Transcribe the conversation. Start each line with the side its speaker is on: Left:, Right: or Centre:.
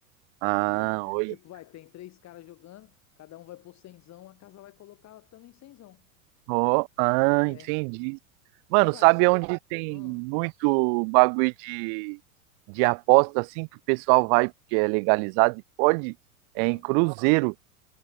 Right: Ah,
Left: <laughs>
Right: oi.
Left: Tipo, vai, tem três caras jogando, cada um vai pôr cenzão, a casa vai colocar também cenzão.
Right: Ó, ah,
Left: É.
Right: entendi. Mano,
Left: E vai
Right: sabe
Left: só.
Right: onde tem
Left: Hum,
Right: muito bagulho de, de aposta assim que o pessoal vai porque é legalizado e pode?
Left: hum.
Right: É em cruzeiro.